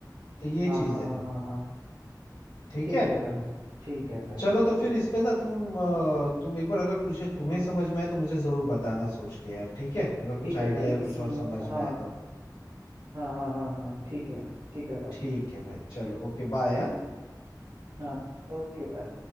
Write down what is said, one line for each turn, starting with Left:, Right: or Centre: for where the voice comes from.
Left: तो ये
Right: हाँ
Left: चीज
Right: हाँ
Left: है
Right: हाँ हाँ हाँ
Left: ठीक
Right: ठीक
Left: है
Right: है भाई ठीक है भाई
Left: चलो तो फिर इस पे ना तुम अ, तुम एक बार अगर कुछ है तुम्हें समझ में आए तो मुझे जरूर बताना सोच के यार ठीक है अगर
Right: ठीक
Left: कुछ आइडिया
Right: है भाई
Left: या
Right: इसमें
Left: कुछ और समझ में
Right: हाँ
Left: आए तो
Right: हाँ हाँ हाँ हाँ ठीक है ठीक है भाई
Left: ठीक है भाई चलो ओके बाय हाँ?
Right: हाँ ओके भाई